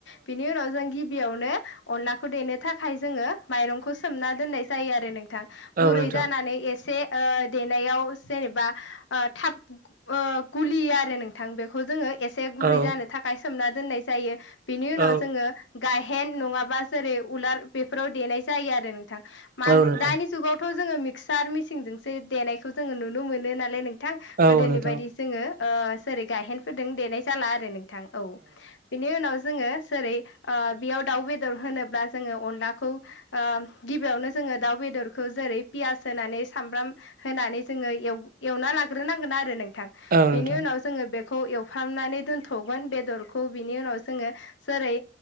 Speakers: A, on the left (about 80°); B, on the right (about 50°).
A: बिनि उनाव जों गिबियावनो। अनलाखौ देनो थाखाय जोङो माइरंखौ सोमना दोननाय जायो आरो नों। गुरै
B: औ नोंथां
A: जानानै एसे देनायाव जेनेबा थाब गुलियो आरो नोंथां बे बेखौ जोङो एसे गुरै
B: औ
A: जानो थाखाय सोमना दोननाय जायो बिनि उनाव
B: औ
A: जोङो गायहेन नङाबा जेरै उवाल बेफोराव देनाय जायो आरो नोंथां माने
B: औ नोंथां
A: दानि जुगावथ' जोङो मिक्सार मेसिनजोंसो देनायखौ जोङो नुनो मोनो नालाय नों बिथां
B: औ
A: गोदोनि
B: नोंथां
A: बायदि जोङो सेरै गायहेनफोरदों देनाय जाला आरो नोंथां औ बिनि उनाव जोङो जेरै बेयाव दाउ बेदर होनोब्ला जोङो अनलाखौ गिबियावनो जों जोङो दाउ बेदरखौ जेरै पियास होनानै सामब्राम होनानै जोङो एवना लाग्रोनांगोन आरो नों
B: औ
A: बिनि
B: नोंथां
A: उनाव जोङो बे एवनानै दोनथ गों बेदरखौ बिनि उनाव जोङो जेरै